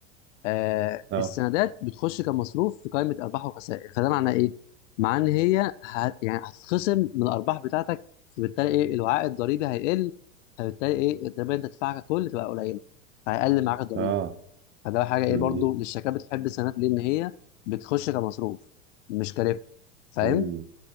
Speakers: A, on the left; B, on the right.
A: آه
B: اه
A: السندات بتخش كمصروف في قائمه ارباح وخسائر فده معناه ايه؟ معناه ان هي هت يعني هتتخصم من الارباح بتاعتك فبالتالي ايه الوعاء الضريبي هيقل فبالتالي ايه الضريبه اللي انت تدفعها ككل تبقى قليله فهيقل معاك الضريبه
B: اه
A: فده حاجه ايه
B: مم.
A: برضو للشركات بتحب السندات ليه؟ ان هي بتخش كمصروف مش كربح فاهم؟
B: مم.